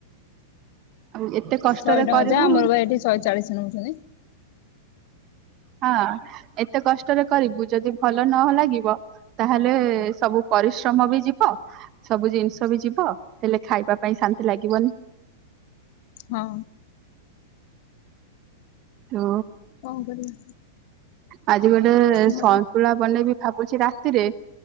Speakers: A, on the right (about 35°); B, on the left (about 50°).
A: ଆଉ ଏତେ କଷ୍ଟରେ
B: ଶହେ ଟଙ୍କା
A: କରିବୁ
B: ଯା ଆମର ଭ ଏଠି ଶହେ ଚାଳିଶ ନେଉଛନ୍ତି।
A: ହଁ ଏତେ କଷ୍ଟରେ କରିବୁ ଯଦି ଭଲ ନ ଲାଗିବ ତାହେଲେ ସବୁ ପରିଶ୍ରମ ବି ଯିବ ସବୁ ଜିନିଷ ବି ଯିବ ହେଲେ ଖାଇବା ପାଇଁ ଶାନ୍ତି ଲାଗିବନି
B: ହଁ।
A: ତ
B: କଣ କରିବା
A: ଆଜି ଗୋଟେ
B: ହଉ
A: ସନ୍ତୁଳା ବନେଇବି ଭାବୁଛି ନା ରେ